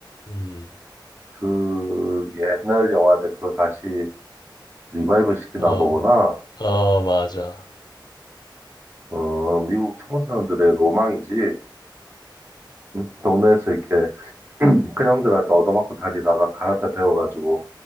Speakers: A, on the left; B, on the right.
A: 음,
B: 그 옛날 영화인데 그걸 다시 리바이벌 시키나
A: 어,
B: 보구나.
A: 어 맞아
B: 어, 미국 청소년들의 로망이지. 응? 동네에서 이렇게 <clears throat> 큰 형들한테 얻어맞고 다니다가 가라테 배워가지고